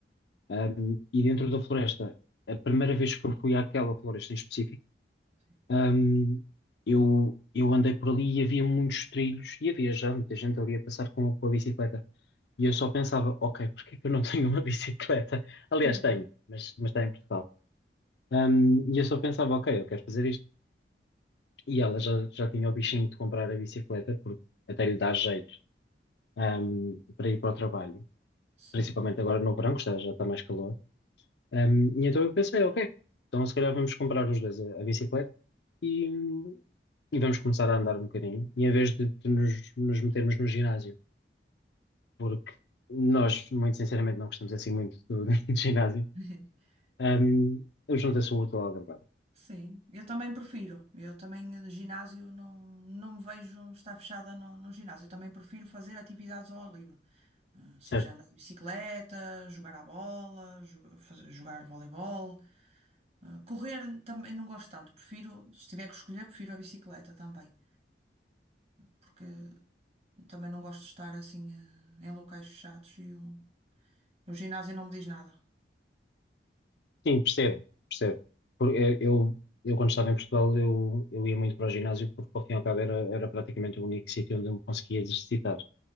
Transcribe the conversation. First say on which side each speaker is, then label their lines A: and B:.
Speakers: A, on the left; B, on the right.
A: Hum, e dentro da floresta, a primeira vez que eu fui àquela floresta em específico,
B: Sim.
A: Ahm, eu, eu andei por ali e havia muitos trilhos e havia já muita gente ali a passar com, com a bicicleta. E eu só pensava, ok, porque é que eu não <laughs> tenho uma bicicleta? Aliás,
B: Hum.
A: tenho, mas, mas está em Portugal. Ahm, e eu só pensava, ok, eu quero fazer isto. E ela já, já tinha o bichinho de comprar a bicicleta, porque até lhe dá jeito, ahm, para ir para o trabalho.
B: Sim.
A: Principalmente agora no verão, que está- já está mais calor. Um, e então eu pensei, ok, então se calhar vamos comprar os dois a, a bicicleta e, e vamos começar a andar um bocadinho, e em vez de, de nos, nos metermos no ginásio, porque nós, muito sinceramente, não gostamos assim muito do, <laughs> do ginásio,
B: <laughs>
A: um, eu juntei-se o útil ao agradável,
B: Sim, eu também prefiro. Eu também, eh, ginásio, não, não me vejo estar fechada no, num ginásio. Eu também prefiro fazer atividades ao ar livre. Ah, Seja
A: certo?
B: andar de bicicleta, jogar à bola, jo- fazer- jogar voleibol. Eh, Correr também não gosto tanto. Prefiro, se tiver que escolher, prefiro a bicicleta também. Porque também não gosto de estar assim eh, em locais fechados e o, o ginásio não me diz nada.
A: Sim, percebo, percebo. Porque eu, eu, eu quando estava em Portugal, eu, eu ia muito para o ginásio porque, ao fim e ao cabo, era, era praticamente o único sítio onde eu me conseguia exercitar.